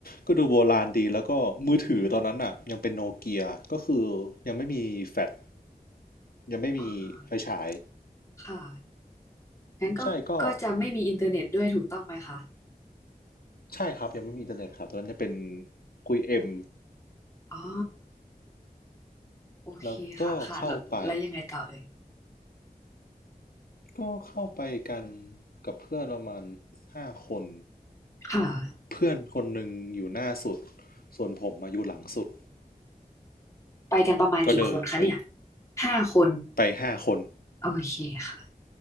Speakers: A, on the left (about 75°); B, on the left (about 20°).
A: ก็ดูโบราณดีแล้วก็มือถือตอนนั้นอ่ะยังเป็นโนเกียก็คือยังไม่มีแฟลช
B: อืม
A: ยังไม่มีไฟฉาย
B: อ่าค่ะงั้นก็ก็จะไม่มีอินเทอร์เน็ตด้วยถูกต้องไหมคะ
A: ใช่ก็ ใช่ครับยังไม่มีอินเทอร์เน็ตครับตอนนั้นจะเป็นคุยเอ็ม
B: อ๋อโอเคค่ะค่ะแล้วแล้วยังไงต่อเอ่ย
A: แล้วก็เข้าไปก็เข้าไปกันกับเพื่อนประมาณห้าคน
B: ค่ะ
A: เพื่อนคนหนึ่งอยู่หน้าสุดส่วนผมมาอยู่หลังสุด
B: ไปกันประมาณกี่คนคะเนี่ย
A: ก็เดิน
B: ห้าคน
A: ไปห้าคน
B: โอเคค่ะ